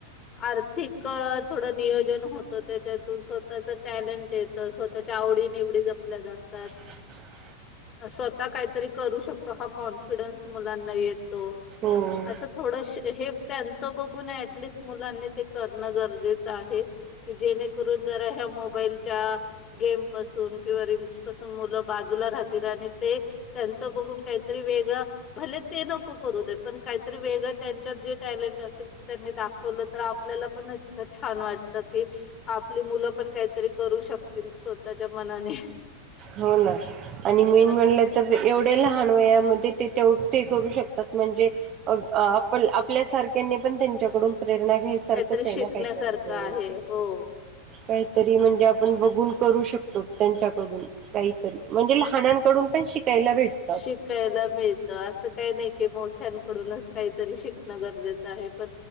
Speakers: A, on the left; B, on the right.
A: आर्थिक थोडं नियोजन होतं. त्याच्यातून स्वतःच टॅलेंट येत. तर स्वतःच्या आवडी निवडी जपल्या जातात.
B: ह <unintelligible>
A: स्वतः काहीतरी करू शकतो हा कॉन्फिडन्स मुलांना येतो
B: हो
A: असं थोड हे त्यांचं बघून ऍटलिस्ट मुलांनी ते करणं गरजेचं आहे. कि जेणेकरून जरा ह्या मोबाईलच्या गेम पासून किंवा रीलस पासून मुलं बाजूला राहतील आणि ते त्यांचं बघून काहीतरी वेगळं भले ते नको करू दे पण काहीतरी वेगळं त्यांच्यात जे टॅलेंट असेल ते त्यांनी दाखव खवलं तर आपल्याला पण छान वाटत की आपली मुलं पण काहीतरी करू शकतील स्वतःच्या मनाने
B: हो ना आणि मेन
A: असं
B: म्हटलं
A: ते
B: तर एवढे लहान वयामध्ये ते तेवढ ते करू शकतात म्हणजे आपण आपल्या सारख्यांनी पण त्यांच्याकडून प्रेरणा घ्यायची सारखंच
A: काहीतरी
B: आहे
A: शिकण्यासारखं
B: ना काहीतरी हो
A: आहे हो.
B: काहीतरी म्हणजे आपण बघून करू शकतो त्यांच्याकडून काहीतरी म्हणजे लहानांकडून पण शिकायला भेट
A: शिकायला मिळ तर असं काही नाही की मोठ्यांकडूनच काहीतरी शिकणं गरजेचं आहे पण